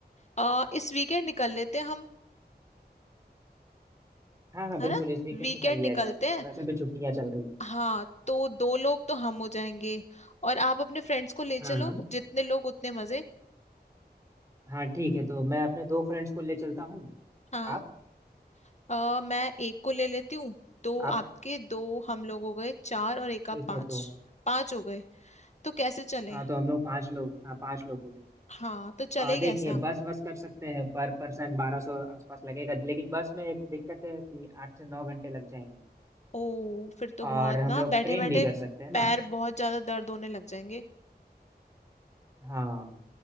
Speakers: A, on the left; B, on the right.
A: अ, इस वीकेंड निकल लेते हैं हम
B: हाँ हाँ बिल्कुल
A: है ना
B: इस वीकेंड
A: वीकेंड
B: निकल लिया
A: निकलते
B: जाए
A: हैं
B: वैसे भी छुट्टियां चल रही हैं
A: हाँ तो दो लोग तो हम हो जाएंगे और आप अपने फ्रेंड्स को ले
B: हाँ
A: चलो
B: हाँ
A: जितने लोग उतने मजे
B: हाँ ठीक है तो मैं अपने दो फ्रेंड्स को ले चलता हूँ
A: हाँ
B: आप
A: अ, मैं एक को ले लेती हूँ दो
B: आप
A: आपके दो हम लोग हो गए चार और एक आप
B: ठीक
A: पांच
B: है तो
A: पांच हो गए तो कैसे चले
B: हाँ तो हम लोग पांच लोग हाँ पांच लोग हो गए
A: हाँ तो चले
B: आ देखिए
A: कैसे हम
B: बस बस कर सकते हैं पर पर्सन बारह सौ आसपास लगेगा लेकिन बस में एक दिक्कत है कि आठ से नौ घंटे लग जाएंगे
A: ओ फिर तो
B: और
A: बहुत
B: हम
A: ना
B: लोग
A: बैठे
B: ट्रेन
A: बैठे
B: भी कर सकते हैं ना
A: पैर बहुत ज्यादा दर्द होने लग जाएंगे
B: हाँ